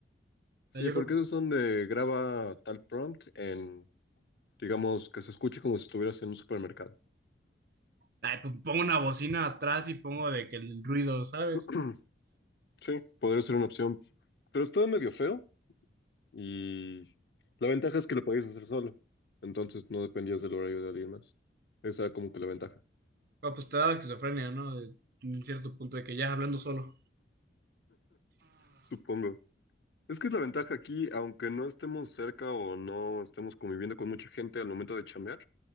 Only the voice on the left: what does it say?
Sí,
porque
esos son de graba tal prompt en, digamos, que se escuche como si estuvieras en un supermercado.
<clears throat> Sí, podría ser una opción, pero estaba medio feo y la ventaja es que lo podías hacer solo, entonces no dependías del horario de alguien más. Esa era como que la ventaja.
Supongo. Es que es la ventaja aquí, aunque no estemos cerca o no estemos conviviendo con mucha gente al momento de chambear,